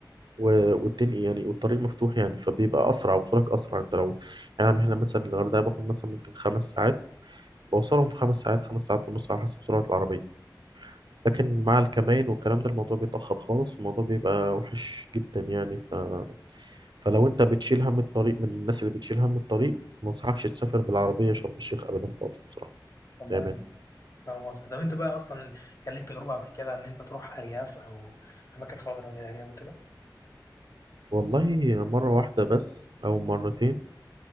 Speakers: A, on the right; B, on the left.
A: والدنيا يعني والطريق مفتوح يعني فبيبقى اسرع وصولك اسرع انت لو يعني أنا من هنا مثلا الغردقه باخد مثلا ممكن خمس ساعات بوصلهم في خمس ساعات خمس ساعات ونص على حسب سرعه العربيه لكن مع الكمائن والكلام ده الموضوع بيتاخر خالص والموضوع بيبقى وحش جدا يعني ف... فلو انت بتشيل هم الطريق من الناس اللي بتشيل هم الطريق ما انصحكش تسافر بالعربيه شرم الشيخ ابدا خالص بصراحه
B: تمام
A: بامان
B: فاهم قصدك. طب انت بقى اصلا كان ليك تجربه قبل كده ان انت تروح ارياف او اماكن خضراء زي الارياف وكده
A: والله مره واحده بس او مرتين